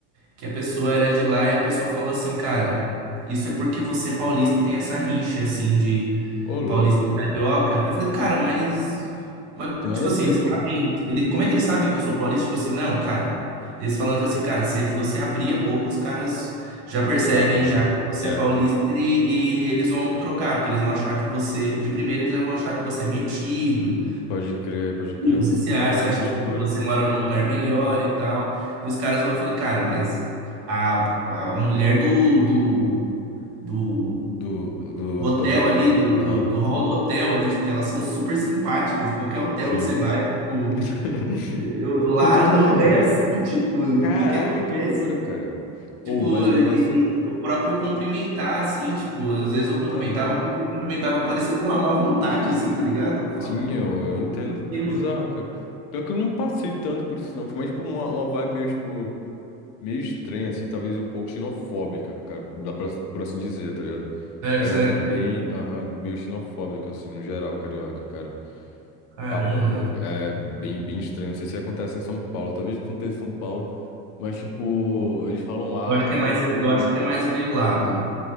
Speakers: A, on the right (about 80°); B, on the left (about 55°).
A: que a pessoa era de lá e a pessoa falou assim, cara, isso é porque você é paulista e tem essa rixa, assim, de
B: Ô, louco.
A: paulista e carioca. eu falei, cara, mas, mas,
B: Tem nada
A: tipo assim,
B: a ver,
A: eles
B: pô.
A: sabem, ele, como é que eles sabem que eu sou paulista? Tipo assim, não, cara. Eles falando, tipo assim, cara, se você abrir a boca, os caras já percebem
B: Sabem.
A: já que você
B: É,
A: é paulista e, e eles vão trocar, porque eles vão achar que você, de primeira, eles já vão achar que você é metido,
B: pode crer, pode crer.
A: que você se
B: Caraca,
A: acha, você acha
B: que loucura.
A: que você mora num lugar melhor e tal. E os caras vão, eu falei, cara, mas a, a mulher do, do, do
B: Do, do,
A: do hotel
B: do hotel.
A: ali, do, do,
B: Aham.
A: do hall do hotel ali, tipo, que elas são super simpáticas, em qualquer hotel
B: Sim.
A: que você vai, tipo,
B: <laughs>
A: eu-
B: Com
A: lá
B: com todo
A: não
B: mundo.
A: é assim, tipo, o
B: Caraca,
A: que que acontece?
B: que loucura, cara. Ou,
A: Tipo,
B: mas
A: e-
B: o negócio.
A: e- o próprio cumprimentar, assim, tipo, às vezes eu cumprimentava,
B: Aham.
A: a pessoa cumprimentava, parecia com uma má vontade, assim, tá ligado? Eu falava,
B: Sim, eu,
A: pô,
B: eu entendo.
A: por quê,
B: Bizarro,
A: mano?
B: cara. Pior que eu não passei tanto por isso, não. Foi mais por uma, uma vibe meio, tipo, meio estranha, assim, talvez um pouco xenofóbica, cara. Dá pra, por assim dizer, tá ligado?
A: Sério,
B: Carioca
A: sério.
B: é bem, aham, meio xenofóbico, assim, no geral, carioca, cara.
A: Caramba,
B: Papo
A: velho.
B: é bem, bem estranho. Não sei se acontece em São Paulo. Talvez aconteça em São Paulo. Mas, tipo, eles falam A,
A: Eu acho
B: eu
A: que
B: falo,
A: é mais,
B: tipo.
A: eu acho que é mais velado.